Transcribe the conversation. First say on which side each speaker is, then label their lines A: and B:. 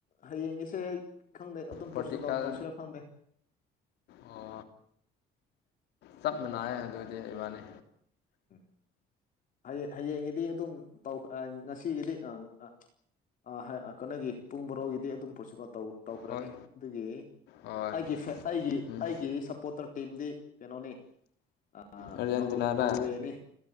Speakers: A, on the left (about 50°); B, on the left (about 80°).
A: ꯍꯌꯦꯡꯒꯤꯁꯦ ꯑꯩ ꯈꯪꯗꯦ ꯑꯗꯨꯝ
B: ꯄꯣꯔꯇꯨꯒꯜ
A: ꯄꯣꯔꯆꯨꯒꯥꯜ ꯇꯧꯁꯤꯔ ꯈꯪꯗꯦ
B: ꯑꯣ ꯆꯞ ꯃꯥꯅꯩꯌꯦ ꯑꯗꯨꯗꯤ ꯏꯕꯥꯅꯤ
A: ꯎꯝ ꯍꯌꯦꯡ ꯍꯌꯦꯡꯒꯤꯗꯤ ꯑꯗꯨꯝ ꯇꯧ ꯉꯁꯤꯒꯤꯗꯤ ꯑꯥ ꯑ ꯑ ꯀꯩꯅꯣꯒꯤ ꯄꯨꯡ ꯕꯥꯔꯣꯒꯤꯗꯤ ꯑꯗꯨꯝ ꯄꯣꯔꯆꯨꯒꯥꯜ ꯇꯧꯈ꯭ꯔꯅꯤ
B: ꯍꯣꯏ
A: ꯑꯗꯨꯒꯤ
B: ꯍꯣꯏ
A: ꯑꯩꯒꯤ ꯐꯦ ꯑꯩꯒꯤ
B: ꯎꯝ
A: ꯑꯩꯒꯤ ꯁꯞꯄꯣꯔꯇꯔ ꯇꯤꯝꯗꯤ ꯀꯩꯅꯣꯅꯦ ꯑ
B: ꯑꯥꯔꯖꯦꯟꯇꯤꯅꯥꯔꯥ
A: ꯅꯣꯔꯋꯦꯅꯦ